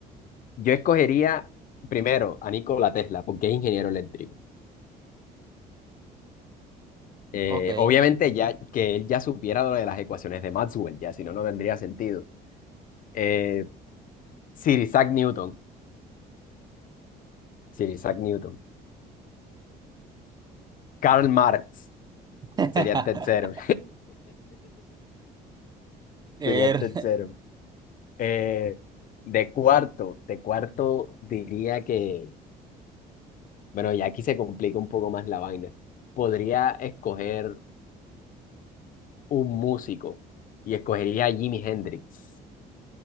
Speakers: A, on the left (about 55°); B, on the right (about 25°).
A: Yo escogería primero a Nikola Tesla, porque es ingeniero eléctrico. Eh,
B: Ok.
A: obviamente ya que él ya supiera lo de las ecuaciones de Maxwell, ya, si no, no tendría sentido. Eh, Sir Isaac Newton, Sir Isaac Newton. Karl Marx.
B: <laughs>
A: Sería tercero.
B: Er,
A: Sería tercero. <laughs> Eh, de cuarto, de cuarto diría que, bueno, ya aquí se complica un poco más la vaina. Podría escoger un músico y escogería a Jimi Hendrix.